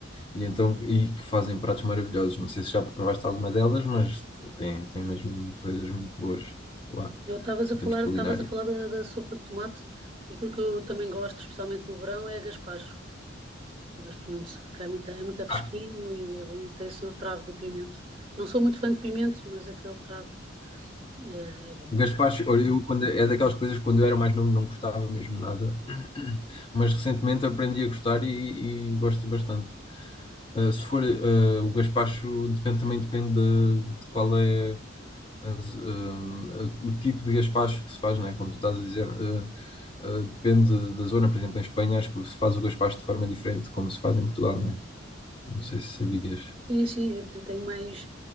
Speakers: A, on the left; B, on the right.
A: E então, e que fazem pratos maravilhosos. Não sei se já provaste alguma delas, mas tem, tem mesmo coisas muito boas lá,
B: Eu estavas a
A: em
B: falar,
A: termos de culinária.
B: estavas a falar da, da sopa de tomate e aquilo que eu também gosto, especialmente no verão, é a gaspacho. Gosto muito, que é muito, é muito fresquinho
A: Ah,
B: e é bom. Tem assim o travo do pimento. Não sou muito fã de pimento, mas aquele travo é, é bom,
A: o gaspacho,
B: né?
A: olha, eu, quando, é daquelas coisas que quando eu era mais novo não gostava mesmo nada, <clears throat> mas recentemente aprendi a gostar e, e gosto bastante. Ah, se for, ah, o gaspacho depende, também depende de, de qual é. as, hum, o tipo de gaspacho que se faz, né? Como tu estás a dizer, eh, eh, depende da zona. Por exemplo, em Espanha acho que se faz o gaspacho de forma diferente de como se faz em Portugal, não é? Não sei se sabias.
B: Sim, sim, eu te- tenho mais,